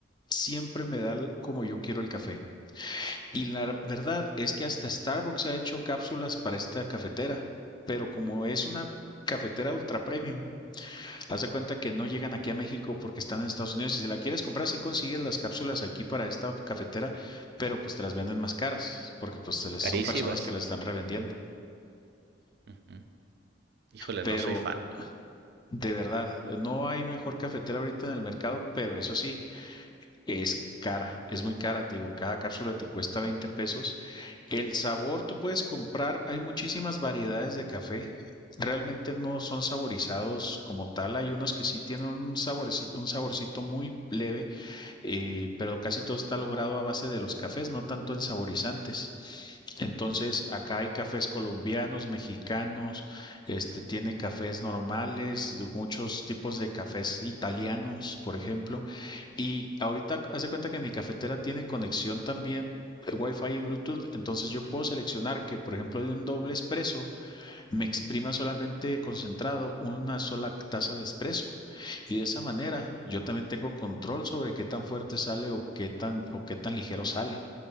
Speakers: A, on the left; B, on the right.
A: siempre me da l- como yo quiero el café. Y la verdad es que hasta Starbucks ha hecho cápsulas para esta cafetera, pero como es una cafetera ultra premium, haz de cuenta que no llegan aquí a México porque están en Estados Unidos. Si se la quieres comprar, sí consigues las cápsulas aquí para esta cafetera, pero pues te las venden más caras, porque pues se les,
B: Carísimas.
A: son personas que las están revendiendo.
B: Ujú. Híjole,
A: Pero
B: no soy fan.
A: de verdad, no hay mejor cafetera ahorita en el mercado, pero eso sí, es cara, es muy cara, te digo, cada cápsula te cuesta 20 pesos. El sabor tú puedes comprar, hay muchísimas variedades de café, realmente no son saborizados como tal, hay unos que sí tienen un saborcito, un saborcito muy leve, eh, pero casi todo está logrado a base de los cafés, no tanto en saborizantes. Entonces, acá hay cafés colombianos, mexicanos, este tiene cafés normales, muchos tipos de cafés italianos, por ejemplo. Y ahorita hace cuenta que mi cafetera tiene conexión también eh, Wi-Fi y Bluetooth, entonces yo puedo seleccionar que, por ejemplo, de un doble espresso me exprima solamente concentrado una sola taza de espresso. Y de esa manera yo también tengo control sobre qué tan fuerte sale o qué tan o qué tan ligero sale,